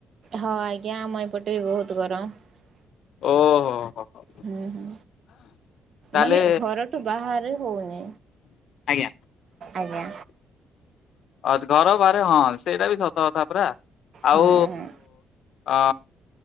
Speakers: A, on the right (about 55°); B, on the left (about 70°).
A: ହଁ ଆଜ୍ଞା ଆମ ଏପଟେ ବି ବହୁତ ଗରମ
B: ଓହୋ ହୋ ହୋ
A: ହୁଁ ହୁଁ
B: ତାହେଲେ
A: ମାନେ ଘରଠୁ ବାହାରେ ହଉନି
B: ଆଜ୍ଞା।
A: ଆଜ୍ଞା
B: ଆଜ ଘର ବାହାରେ ହଁ ସେଇଟା ବି ସତ କଥା ପୁରା ଆଉ
A: ହୁଁ ହୁଁ।
B: ଅ